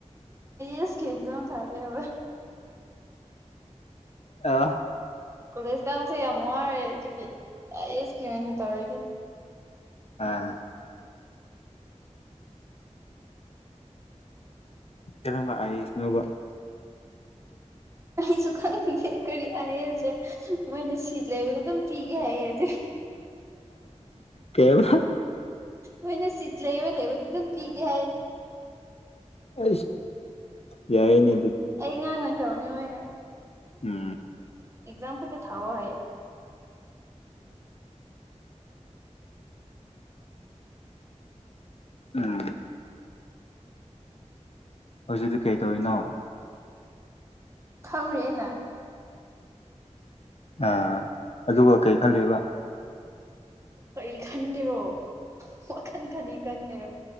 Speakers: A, on the right; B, on the left.
A: ꯑꯁ ꯈꯦꯖꯥꯎ ꯊꯑꯒꯦꯕ
B: ꯑ
A: ꯀꯣꯂꯦꯖ ꯇꯥꯕꯁꯦ ꯌꯥꯝ ꯋꯥꯔꯦ ꯑꯗꯨꯒꯤꯁꯀꯤ ꯑꯣꯏꯅ ꯇꯧꯔꯗꯤ
B: ꯑꯥ ꯀꯔꯝꯕ ꯑꯩ ꯏꯁꯅꯣꯕ
A: ꯑꯩꯁꯨ ꯈꯪꯅꯦ ꯀꯔꯤ ꯑꯍꯁꯦ ꯃꯣꯏꯅ ꯁꯤ ꯂꯩꯕꯗ ꯑꯗꯨꯝ ꯊꯒꯗꯤ
B: ꯀꯩꯕ
A: ꯃꯅ ꯁꯤꯤꯖ ꯂꯩꯕ ꯂꯩꯗꯨ ꯄꯤ ꯀꯦ
B: ꯑ ꯌꯥꯏꯅꯤ
A: ꯑꯩ ꯉꯥꯡ ꯅ ꯇꯧꯅꯤ ꯍꯣꯏꯒ
B: ꯎꯝ
A: ꯑꯦꯛꯖꯥꯝ ꯈꯗꯤ ꯊꯥꯕ ꯍꯥꯏ
B: ꯑꯝ ꯍꯧꯖꯤꯛꯗꯤ ꯀꯩ ꯇꯧꯔꯤꯅꯣ
A: ꯊꯝꯔꯤꯦꯦꯅ
B: ꯑꯥ ꯑꯗꯨꯒ ꯀꯩ ꯈꯜꯂꯤꯕ
A: ꯀꯔꯤ ꯈꯟꯒꯦꯔꯣ ꯋꯥꯜ ꯈꯅꯤ ꯀꯟꯒꯦꯔꯣ